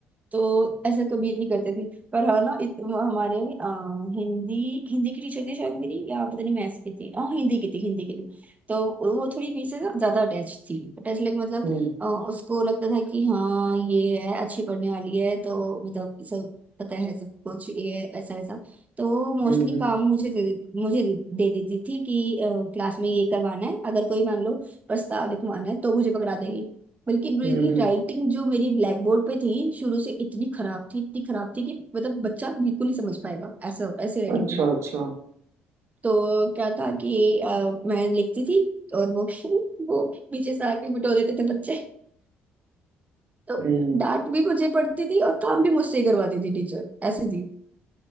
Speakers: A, on the right (about 30°); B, on the right (about 60°).
A: तो ऐसा कभी नहीं करते थे पर हाँ ना इत, हमारे आ, हिंदी हिंदी की टीचर थी शायद मेरी या पता नहीं मैथ्स की थी हाँ हिंदी की थी हिंदी की थी तो वो थोड़ी मेरे से ना ज्यादा अटैच थी अटैच लाइक मतलब
B: हम्म
A: अ, उसको लगता था कि हाँ ये है अच्छी पढ़ने वाली है तो मतलब सब पता है सब कुछ ये ऐसा वैसा तो मोस्टली
B: हम्म हम्म
A: काम मुझे दे, मुझे दे देती थी कि क्लास में ये करवाना है अगर कोई मान लो प्रस्ताव लिखवाना है तो मुझे पकड़ा देगी बल्कि बल्कि
B: हम्म हम्म,
A: राइटिंग जो मेरी ब्लैक बोर्ड पे थी शुरू से इतनी खराब थी इतनी खराब थी कि मतलब बच्चा बिल्कुल नहीं समझ पाएगा ऐसा ऐसी राइटिंग
B: अच्छा
A: थी
B: अच्छा
A: तो क्या था कि अ, मैं लिखती थी और वो <laughs> वो पीछे से आके बिठो देते थे बच्चे तो
B: हम्म
A: डांट भी मुझे पड़ती थी और काम भी मुझसे ही करवाती थी टीचर ऐसी थी